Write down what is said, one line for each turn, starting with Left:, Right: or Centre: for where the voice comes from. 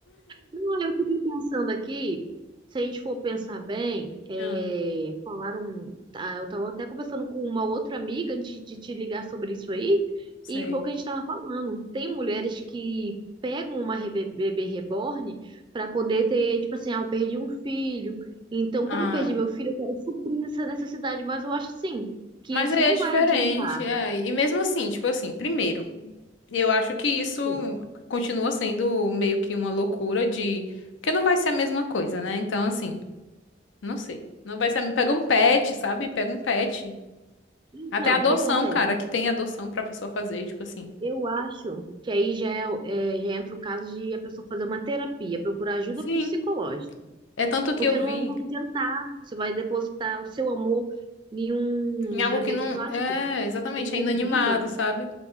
Right: Não, eu fiquei pensando aqui, se a gente for pensar bem, é,
Left: Não,
Right: falaram, ah, eu estava até conversando com uma outra amiga antes de te ligar sobre isso aí,
Left: sei.
Right: e foi o que a gente estava falando. Tem mulheres que pegam uma rebe- bebê reborn para poder ter, tipo assim, ah, eu perdi um filho, então
Left: Ah.
Right: como eu perdi meu filho, eu quero suprir essa necessidade, mas eu acho assim, que
Left: Mas
Right: isso
Left: aí
Right: não
Left: é diferente,
Right: vai adiantar,
Left: é. E mesmo assim, tipo assim, primeiro, eu acho que isso
Right: assim.
Left: continua sendo meio que uma loucura de. Porque não vai ser a mesma coisa, né? Então, assim, não sei. Não vai ser. Pega um pet, sabe? Pega um pet.
Right: Então,
Left: Até adoção,
Right: o que acontece?
Left: cara, que tem adoção pra pessoa fazer, tipo assim.
Right: Eu acho que aí já, é, é, já entra o caso de a pessoa fazer uma terapia, procurar ajuda
Left: Sim.
Right: psicológica,
Left: É tanto que
Right: porque
Left: eu
Right: não
Left: vi.
Right: vai adiantar, você vai depositar o seu amor em um
Left: Em algo
Right: bebê
Left: que não.
Right: de plástico
Left: É, exatamente,
Right: que não tem
Left: é inanimado,
Right: vida.
Left: sabe?